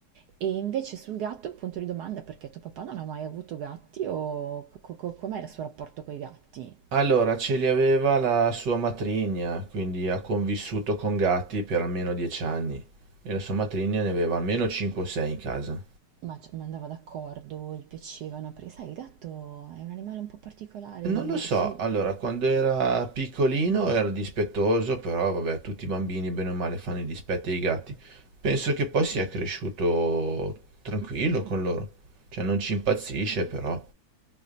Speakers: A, on the right (about 80°); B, on the right (about 60°).
A: E invece sul gatto è un punto di domanda perché tuo papà non ha mai avuto gatti o co- co- com'è il suo rapporto con i gatti?
B: Allora, ce li aveva la sua matrigna, quindi ha convissuto con gatti per almeno dieci anni e la sua matrigna ne aveva almeno 5 o 6 in casa.
A: Ma, c- ma andava d'accordo, gli piacevano, perché sai, il gatto è un animale un po' particolare,
B: E Non lo so,
A: il- su-
B: allora, quando era piccolino era dispettoso, però vabbè, tutti i bambini bene o male fanno i dispetti ai gatti. Penso che poi sia cresciuto tranquillo con loro, cioè non ci impazzisce però.